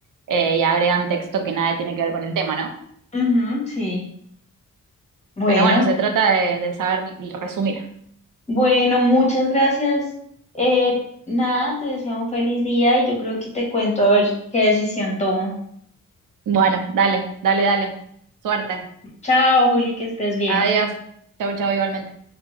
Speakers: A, on the right; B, on the left.
A: eh, y agregan texto que nada tiene que ver con el tema, ¿no?
B: Ujú, sí. Bueno,
A: Pero bueno, se trata de, de saber resumir.
B: Bueno, muchas gracias. Eh, nada, te deseo un feliz día y yo creo que te cuento a ver qué decisión tomo.
A: Bueno, dale, dale, dale. Suerte.
B: Chao, Juli, que estés bien.
A: Adiós. Chau, chau, igualmente.